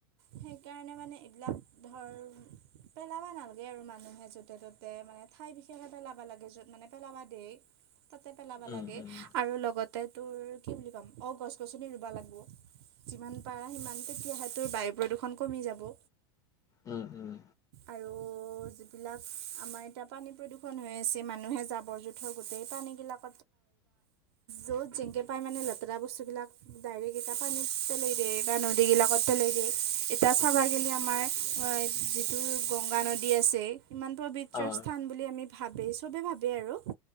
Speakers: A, on the right; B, on the left.
A: সেইকাৰণে মানে এইবিলাক ধৰ পেলাবা নালাগে আৰু মানুহে য'তে, ত'তে মানে ঠাই বিশেষে পেলাবা লাগে য'ত মানে পেলাবা দেই। তাতে পেলাবা
B: উম,
A: লাগে
B: উম।
A: আৰু লগতে তোৰ কি বুলি কাম অ, গছ-গছনি ৰুবা লাগিব। যিমান পাৰা সিমান তেতিয়াহ তোৰ বায়ু প্ৰদূষণ কমি যাব।
B: উম, উম।
A: আৰু এইবিলাক আমাৰ এতিয়া পানী প্ৰদূষণ হৈ আছে মানুহে জাবৰ-জোঁথৰ গোটেই পানীবিলাক য'ত যেনেকৈ পায় মানে লেতেৰা বস্তুবিলাক ডাইৰেক্ট এটা পানীত পেলাই দিয়ে বা নদীবিলাকত পেলাই দিয়ে। এতিয়া চাবা গেলি আমাৰ যিটো গংগা নদী আছে ইমান পবিত্ৰ
B: অ',
A: স্থান বুলি আমি ভাবে, চবে ভাবে আৰু